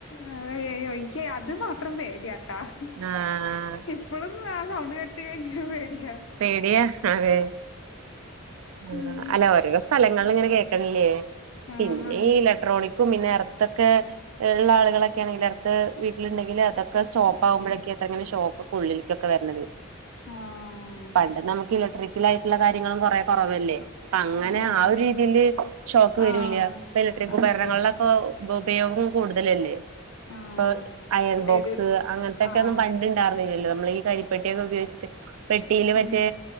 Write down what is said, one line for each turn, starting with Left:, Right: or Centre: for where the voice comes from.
Left: <unintelligible> ക്കേ അത് മാത്രം പേടിയ ആഹ്
Right: ആഹ്
Left: ഇപ്പോളും ആ സൗണ്ട് കേട്ട് കഴിഞ്ഞ പേടി
Right: പേടിയ അതെ. ആ
Left: ഉം
Right: അല്ല ഓരോരോ സ്ഥലങ്ങള ഇങ്ങനെ കേക്കണില്ലേ
Left: ആഹ്
Right: പിന്നെ ഈ ഇലക്ട്രോണിക്കും പിന്നെ എർത്ത് ക്കെ ഉള്ള ആളുകളൊക്കെ ആണെങ്കിൽ അടുത്ത് വീട്ടിലുണ്ടെങ്കിൽ അതൊക്കെ സ്റ്റോപ്പ് ആകുമ്പോഴൊക്കെ അത്രങ്ങനെ ഷോക്ക് ഒക്കെ ഉള്ളിലേക്കൊക്കെ വരണത്
Left: ആഹ്
Right: പണ്ട് നമുക്കില റിക്കൽ ആയിട്ടുള്ള കാര്യങ്ങളും കൊറെ കൊറവല്ലേ അപ്പ അങ്ങനെ
Left: ഉം
Right: ആ ഒരു രീതിയില് ഷോക്ക്
Left: ഉം
Right: വരൂല്ല
Left: ആഹ്
Right: ഇപ്പ ഇലക്ട്രിക് ഉപകരണങ്ങളിലൊക്കെ
Left: അതെ
Right: ബോ ഉപയോഗം കൂടുതലല്ലേ
Left: ആഹ്
Right: ഇപ്പൊ അയൺ ബോക്സ്
Left: ഇത്
Right: അങ്ങനത്തൊക്കെ
Left: ആഹ്
Right: ഒന്നും പണ്ട്ണ്ടായിരുന്നില്ലല്ലോ നമ്മളീ കരിപ്പെട്ടിയൊക്കെ ഉപയോഗിച്ചിട്ട് <unintelligible> മറ്റേ
Left: ഉം